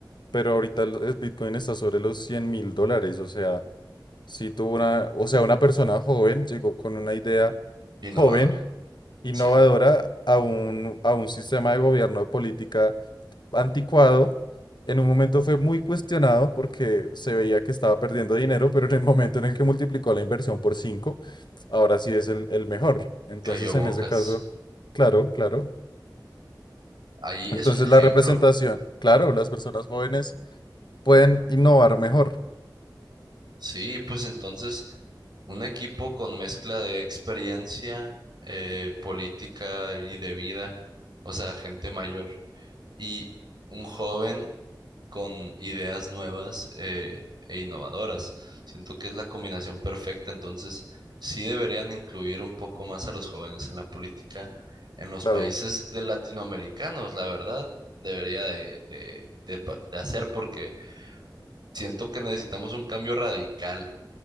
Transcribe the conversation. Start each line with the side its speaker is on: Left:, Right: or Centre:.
Left: pero ahorita el el Bitcoin está sobre los cien mil dólares. O sea, si tuvo una, o sea, una persona joven llegó con una idea
Right: innovador.
Left: joven innovadora
Right: Sí.
Left: a un, a un sistema de gobierno de política anticuado. En un momento fue muy cuestionado porque se veía que estaba perdiendo dinero, pero en el momento en el que multiplicó la inversión por 5 ahora sí es el, el mejor. Entonces,
Right: Cayó bocas.
Left: en ese caso, claro, claro.
Right: Ahí
Left: Entonces,
Right: es un ejemplo.
Left: la representación, claro, las personas jóvenes pueden innovar mejor,
Right: Sí, pues entonces un equipo con mezcla de experiencia eh, política y de vida, o sea, gente mayor. y un joven con ideas nuevas eh, e innovadoras. Siento que es la combinación perfecta, entonces sí deberían incluir un poco más a los jóvenes en la política en los
Left: claro,
Right: países de latinoamericanos, la verdad, debería de, de- de pa- de hacer porque siento que necesitamos un cambio radical.